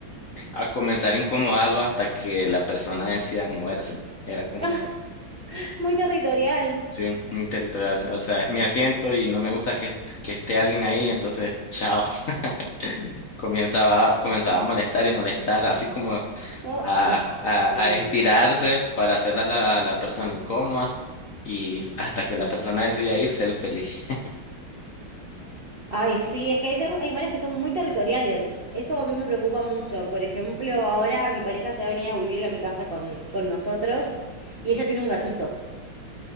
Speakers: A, on the left; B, on the right.
A: a comenzar a incomodarlo hasta que la persona decía moverse. Era como
B: <laughs>
A: que,
B: Muy territorial.
A: sí, muy territorial. O sea, es mi asiento y no me gusta que, que esté alguien ahí. Entonces, chao. <laughs> Comenzaba, comenzaba a molestar y molestar, así como
B: No,
A: a,
B: es que... eh,
A: a- a estirarse para hacerla a la, a la persona incómoda y hasta que la persona decida irse, él feliz.
B: Ay, sí, es que hay cerros- hay animales que son muy territoriales. Eso a mí me preocupa mucho. Por ejemplo, ahora mi pareja se va a venir a vivir a mi casa con, con nosotros y ella tiene un gatito.